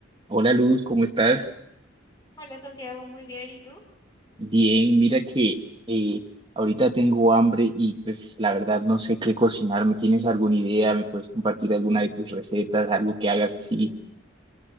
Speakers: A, on the right (about 25°); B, on the left (about 20°).
A: Hola Luz, ¿cómo estás?
B: Hola Santiago, muy bien. ¿Y tú?
A: Bien, mira que eh, ahorita tengo hambre y pues la verdad no sé qué cocinar. ¿Me tienes alguna idea? ¿Me puedes compartir alguna de tus recetas? Algo que hagas
B: Mm,
A: así.